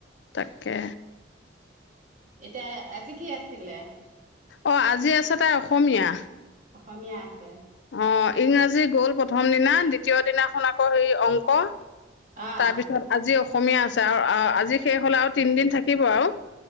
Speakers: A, on the left; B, on the right.
A: তাকে।
B: এতিয়া কি আছিলে?
A: অ' আজি আছে তাই অ অসমীয়া।
B: অসমীয়া আছে।
A: অ' ইংৰাজী
B: উম,
A: গ'ল প্ৰথম দিনা। দিতীয় দিনাখন আকৌ সেই অংক।
B: অ',
A: তাৰপিছত আজি অস অসমীয়া আছে আৰু আজি শেষ হলে আৰু তিনদিন থাকিব আৰু।